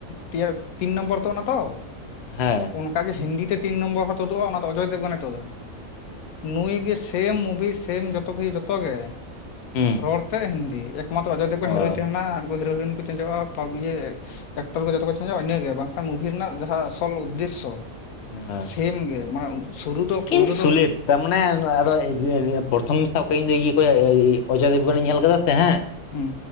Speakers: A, on the left; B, on the left.
A: ᱯᱮᱭᱟ ᱛᱤᱱ ᱱᱚᱢᱵᱚᱨ ᱛᱚᱜ ᱱᱟᱛᱚ
B: ᱦᱮ
A: ᱚᱱᱠᱟᱟᱜᱮ ᱦᱤᱱᱫᱤ ᱛᱮ ᱛᱤᱱ ᱱᱚᱢᱵᱚᱨ ᱦᱚᱸ ᱛᱩᱫᱩᱜ-ᱟ ᱚᱱᱟ ᱫᱚ ᱚᱡᱚᱭ ᱫᱮᱵ ᱜᱚᱱᱮ ᱛᱩᱫᱟ ᱱᱩᱭ ᱜᱮ ᱥᱮᱢ ᱢᱩᱵᱷᱤ ᱥᱮᱢ ᱡᱚᱛᱚ ᱠᱚᱜᱮ ᱡᱚᱛᱚ ᱜᱮ
B: ᱦᱩᱸ
A: ᱨᱚᱲ ᱛᱮ ᱦᱤᱱᱫᱤ ᱮᱠᱢᱟᱛᱨᱚ ᱚᱡᱚᱭᱫᱮᱵᱽ ᱠᱷᱚᱱ
B: ᱚ
A: ᱦᱤᱨᱳᱭ ᱛᱟᱦᱮᱱᱟ ᱩᱱᱠᱩ ᱦᱤᱨᱳ ᱨᱤᱱ ᱠᱚ ᱪᱮᱸᱡᱚᱜ-ᱟ ᱯᱟᱜ ᱮᱠᱴᱚᱨ ᱠᱚ ᱡᱚᱛᱚ ᱠᱚ ᱪᱟᱞᱟᱜ-ᱟ ᱤᱱᱟᱹᱜᱮ ᱵᱟᱝᱠᱷᱟᱱ ᱢᱩᱵᱷᱤ ᱨᱮᱱᱟᱜ ᱡᱟᱦᱟᱸ ᱟᱥᱚᱞ ᱩᱫᱽᱫᱮᱥᱥᱚ
B: <unintelligible>
A: ᱯᱷᱮᱢ ᱜᱮ ᱢᱟᱱᱮ ᱥᱩᱨᱩ ᱫᱚ ᱯᱳᱭᱞᱳ
B: ᱠᱤᱱ ᱥᱩᱞᱮᱴ
A: ᱫᱚ
B: ᱛᱟᱨᱢᱟᱱᱮ ᱟᱫᱚ ᱯᱨᱚᱛᱷᱚᱢ ᱥᱟᱵᱟᱜ ᱤᱧ ᱤᱭᱟᱹ ᱠᱚ ᱚᱡᱚᱭᱫᱮᱵ ᱜᱚᱱᱤᱧ ᱧᱮᱞ ᱟᱠᱟᱫᱟ ᱥᱮ ᱦᱮ
A: ᱦᱩᱸ